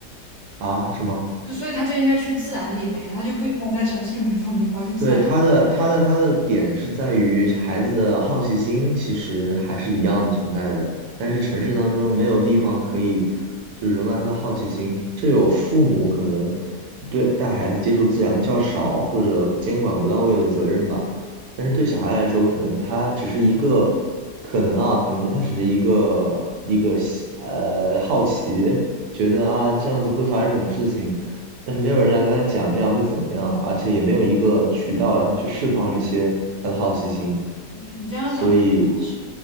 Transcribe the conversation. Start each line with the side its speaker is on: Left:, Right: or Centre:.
Right: 啊什么？
Left: <laughs> 就所以他就应该去自然里面呀、他就不应该在城市里面放鞭炮，去自然。
Right: 对，他的他的他的点是在于孩子的好奇心其实还是一样的存在的，但是城市当中没有地方可以就是容纳他的好奇心，这有父母可能对带孩子接触自然较少或者监管不到位的责任吧，但是对小孩来说，可能他只是一个可能啊，可能他只是一个一个喜呃好奇，觉得啊这样子会发生什么事情。但是没有人来跟他讲这样会怎么样，而且也没有一个渠道让他去释放这些他的好奇心，
Left: 对，你这样讲
Right: 所以
Left: 是，